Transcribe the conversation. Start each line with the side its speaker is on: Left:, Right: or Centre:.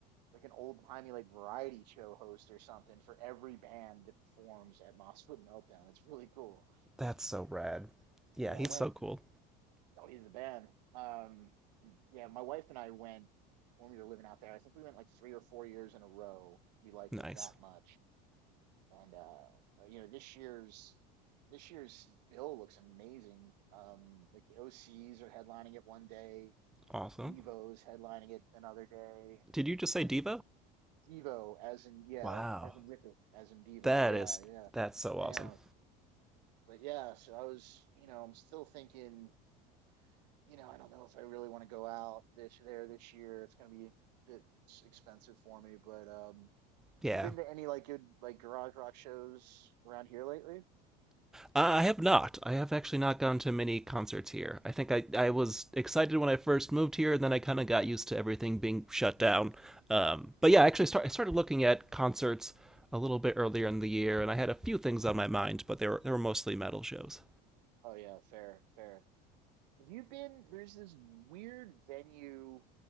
Right: like an old timey like variety show host or something for every band that performs at Mosswood Meltdown it's really cool
Centre: That's so rad. Yeah,
Right: yeah
Centre: He's
Right: I went
Centre: so cool.
Right: Oh, he's the band. Um, yeah, my wife and I went when we were living out there. I think we went like three or four years in a row. We liked
Centre: Nice.
Right: it that much, and uh, you know, this year's this year's bill looks amazing. Um, like the OCs are headlining it one day,
Centre: Awesome.
Right: Evo's headlining it another day.
Centre: Did you just say Devo?
Right: Uh, Devo, as in yeah,
Centre: wow.
Right: as in Rip it, as in Devo.
Centre: That
Right: Yeah,
Centre: is
Right: yeah,
Centre: that's so
Right: I
Centre: awesome.
Right: know. But yeah, so I was, you know, I'm still thinking. you know, I don't know if I really want to go out this there this year. It's gonna be a bit s- expensive for me, but um,
Centre: Yeah.
Right: have you been to any like good like garage rock shows around here lately?
Centre: Uh, I have not. I have actually not gone to many concerts here. I think I, I was excited when I first moved here, and then I kind of got used to everything being shut down. Um, but yeah, actually start, I started looking at concerts a little bit earlier in the year, and I had a few things on my mind, but they were, they were mostly metal shows.
Right: Oh yeah, fair, fair. Have you been? There's this weird venue